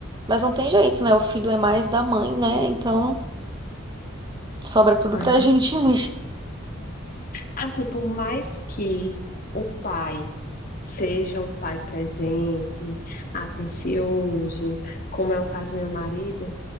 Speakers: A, on the right (about 20°); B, on the left (about 45°).
A: Mas não tem jeito, né? O filho é mais da mãe, né? Então sobra tudo
B: é.
A: pra <laughs> gente mesmo.
B: Assim, por mais que o pai seja um pai presente, atencioso, como é o caso do meu marido,